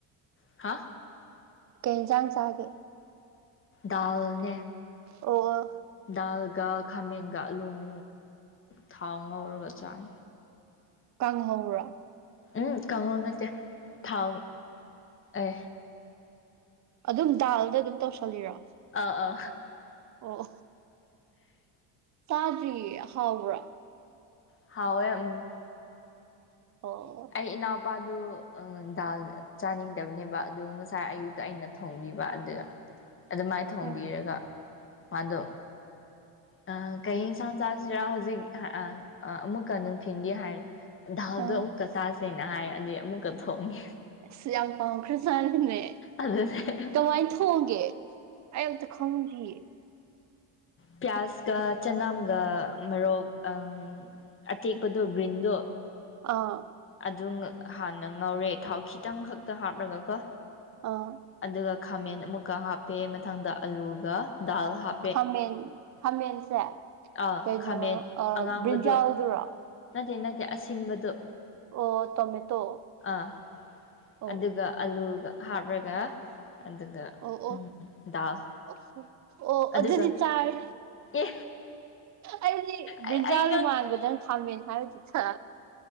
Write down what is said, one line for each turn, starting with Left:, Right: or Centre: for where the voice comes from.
Left: ꯍꯥ
Right: ꯀꯩ ꯍꯦꯟꯖꯥꯡ ꯆꯥꯒꯦ
Left: ꯗꯥꯜꯅꯦ
Right: ꯑꯣ ꯑꯣ
Left: ꯗꯥꯜ ꯂꯥꯜꯒ ꯈꯥꯃꯦꯟꯒꯥ ꯑꯂꯨꯡ ꯊꯥꯎ ꯉꯧꯔꯒ ꯆꯥꯏ
Right: ꯀꯪꯍꯧ꯭ꯔꯣ
Left: ꯎꯝ ꯀꯥꯡꯍꯧ ꯅꯠꯇꯦ ꯊꯥꯎ ꯑꯦ
Right: ꯑꯗꯨꯝ ꯗꯥꯜꯗ ꯑꯗꯨꯝ ꯇꯧꯁꯜꯂꯤꯔꯣ
Left: ꯑ ꯑꯥ
Right: ꯑꯣ ꯆꯥꯗ꯭ꯔꯤꯌꯦ ꯍꯥꯎꯕ꯭ꯔꯣ
Left: ꯍꯥꯎꯋꯦ ꯎꯝ
Right: ꯑꯣ
Left: ꯑꯩ ꯏꯅꯥꯎꯄꯥꯗꯨ ꯗꯥꯜ ꯆꯥꯅꯤꯡꯗꯕꯅꯦꯕ ꯑꯗꯨ ꯉꯁꯥꯏ ꯑꯌꯨꯛꯇ ꯑꯩꯅ ꯊꯣꯡꯕꯤꯕ ꯑꯗꯨꯗ
Right: <unintelligible>
Left: ꯑꯗꯨꯃꯥꯏ ꯊꯣꯡꯕꯤꯔꯒ
Right: ꯑꯣ
Left: ꯃꯥꯗꯣ ꯑ ꯀꯩꯍꯤꯡꯁꯥꯡ ꯆꯥꯁꯤꯔ ꯍꯧꯖꯤꯛ ꯑ ꯑꯃꯨꯛꯀ ꯅꯨꯡꯊꯤꯟꯗꯤ ꯍꯥꯏꯔꯦ ꯗꯥꯜꯗꯣ
Right: ꯑꯥ
Left: ꯑꯃꯨꯛꯀ ꯆꯥꯁꯦꯅ ꯍꯥꯏ ꯑꯗꯩ ꯑꯃꯨꯛꯀ ꯊꯣꯛꯉꯦ
Right: ꯑꯁ ꯌꯥꯝ ꯄꯥꯝꯈ꯭ꯔ ꯆꯥꯠꯅꯤꯅꯦ
Left: ꯑꯗꯨꯅꯦ
Right: ꯀꯃꯥꯏꯟ ꯊꯣꯡꯒꯦ ꯑꯩ ꯑꯝꯇ ꯈꯪꯗꯤꯌꯦ
Left: ꯄꯤꯌꯥꯁꯀ ꯆꯅꯝꯒ ꯃꯔꯣꯛ ꯑꯪ ꯑꯇꯦꯛꯄꯗꯣ ꯒ꯭ꯔꯤꯟꯗꯣ
Right: ꯑꯥ
Left: ꯑꯗꯨꯡ ꯍꯥꯟꯅ ꯉꯧꯔꯦ ꯊꯥꯎ ꯈꯤꯇꯪ ꯈꯛꯇ ꯍꯥꯞꯂꯒꯀꯣ
Right: ꯑꯥ
Left: ꯑꯗꯨꯒ ꯈꯥꯃꯦꯟ ꯑꯃꯨꯛꯀ ꯍꯥꯞꯄꯦ ꯃꯊꯪꯗ ꯑꯂꯨꯒ ꯗꯥꯜ ꯍꯥꯞ
Right: ꯈꯥꯃꯦꯟ ꯈꯥꯃꯦꯟꯁꯦ
Left: ꯑꯥ
Right: ꯀꯩꯅꯣ
Left: ꯈꯥꯃꯦꯟ
Right: ꯑ
Left: ꯑꯉꯥꯡꯕꯗꯨ
Right: ꯕ꯭ꯔꯤꯟꯖꯥꯜꯗꯨꯔꯣ
Left: ꯅꯠꯇꯦ ꯅꯠꯇꯦ ꯑꯁꯤꯟꯕꯗꯣ
Right: ꯑꯣ ꯇꯣꯃꯦꯇꯣ
Left: ꯑꯥ
Right: ꯑꯣ
Left: ꯑꯗꯨꯒ ꯑꯂꯨꯒ ꯍꯥꯞꯔꯒ ꯑꯗꯨꯒ
Right: ꯑꯣ ꯑꯣ
Left: ꯎꯝ ꯗꯥꯜ
Right: ꯑꯣ ꯍꯣ ꯑꯣ
Left: ꯑꯗꯨꯒ
Right: ꯑꯗꯨꯗꯤ ꯆꯥꯔꯦ
Left: ꯑꯦ
Right: ꯑꯩꯗꯤ ꯕ꯭ꯔꯤꯟꯖꯥꯟꯗꯣ
Left: ꯑꯩ ꯑꯩ
Right: ꯃꯥꯟꯕꯗꯪ ꯈꯥꯝꯃꯦꯟ ꯍꯥꯏꯕꯗꯨꯗ